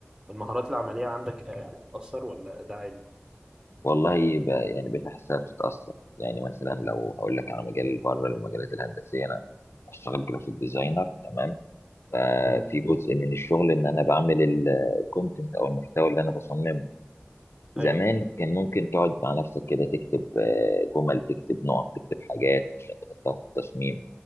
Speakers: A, on the right; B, on the left.
A: المهارات العملية عندك آه، بتأثر ولا ده عادي؟
B: والله ب... يعني بقيت احسها بتتاثر يعني مثلا لو اقول لك على مجال بره المجالات الهندسيه انا اشتغل جرافيك ديزاينر تمام ففي
A: امم
B: جزء من الشغل ان انا بعمل الكونتنت او المحتوى اللي انا بصممه زمان
A: ايوه
B: كان ممكن تقعد مع نفسك كده تكتب آه، جمل تكتب نقط تكتب حاجات عشان تحطها في التصميم